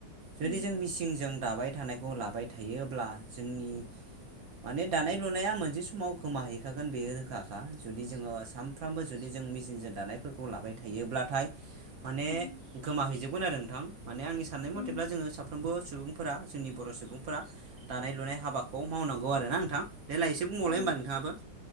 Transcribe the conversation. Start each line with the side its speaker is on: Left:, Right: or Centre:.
Right: जुदि
Left: उम
Right: जों मिसिंजों दाबाय थानायखौ लाबाय थायोब्ला जोंनि माने दानाय लुनाया मोनसे समाव गोमाहैखागोन बे रोखाखा जुदि जोङो सानफ्रामबो जुदि जों मेचिनजों दानायफोरखौ लाबाय थायोब्लाथाय माने
Left: उम
Right: गोमाहैजोबगोन आरो नोंथां माने आंनि साननाय मथेब्ला
Left: उम
Right: जोङो सा फ्रोमबो सुबुंफोरा जोंनि बर' सुबुंफोरा दानाय लुनाय हाबाखौ मावनांगौ आरो ना नोंथां। देलाय एसे बुंबावलाय
Left: औ
Right: होमबा नोंथाङाबो